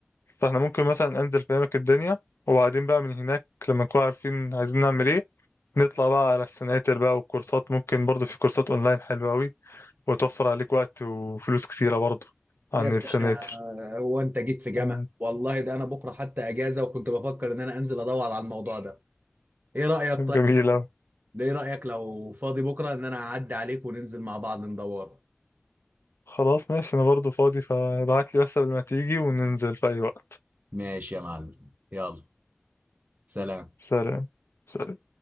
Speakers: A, on the left; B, on the right.
A: فاحنا ممكن مثلا انزل افهمك الدنيا وبعدين بقى من هناك لما نكون عارفين عايزين نعمل ايه نطلع بقى على السناتر بقى والكورسات ممكن برضه في كورسات اونلاين حلوه قوي وتوفر عليك وقت وفلوس كتيره برضه عن
B: يا باشا
A: السناتر
B: آه، هو انت جيت في جامعة
A: آه،
B: والله ده انا بكره حتى اجازة وكنت بفكر ان انا انزل ادور على الموضوع ده ايه رأيك
A: جميلة
B: طيب لو ايه رأيك لو فاضي بكره ان انا اعدي عليك وننزل مع بعض ندور
A: خلاص ماشي انا برضو فاضي فابعت لي بس قبل ما تيجي وننزل في اي وقت
B: ماشي يا معلم يلا سلام
A: سلام سلام